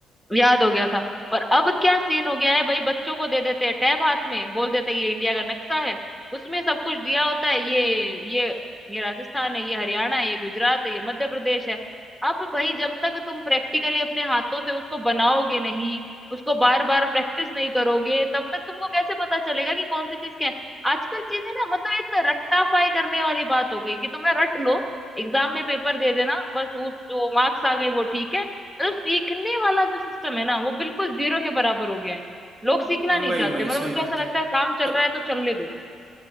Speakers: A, in the centre; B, on the right.
A: याद हो गया था और अब क्या सीन हो गया है भाई बच्चों को दे देते हैं टैब हाथ में बोल देते हैं ये इंडिया का नक्शा है उसमें सब कुछ दिया होता है ये ये ये राजस्थान है ये हरियाणा है ये गुजरात है ये मध्य प्रदेश है अब भाई जब तक तुम प्रैक्टिकली अपने हाथों से उसको बनाओगे नहीं उसको बार बार प्रैक्टिस नहीं करोगे तब तक तुमको कैसे पता चलेगा कि कौन सी चीज क्या है आजकल चीजें ना मतलब एक रट्टाफाई करने वाली बात हो गई कि तुमने रट लो एग्जाम में पेपर दे देना बस उस जो मार्क्स आ गए वो ठीक है मतलब सीखने वाला जो सिस्टम है ना वो बिल्कुल जीरो के बराबर हो गया है लोग
B: हम्म,
A: सीखना नहीं
B: वही
A: चाहते
B: वही
A: मतलब
B: सही
A: उनको
B: बात
A: ऐसा
B: है
A: लगता है काम चल
B: अब
A: रहा है तो चलने दो